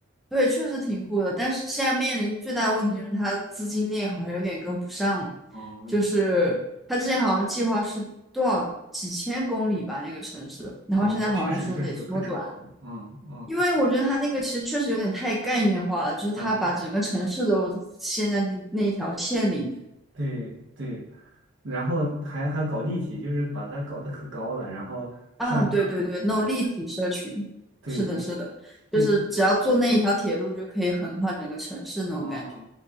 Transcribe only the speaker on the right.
哦，
哦，确实确实可长了，嗯嗯
啊是，对对，然后还还搞立体，就是把它搞得可高了，然后上下怎么怎么着，
对对
对，
啊、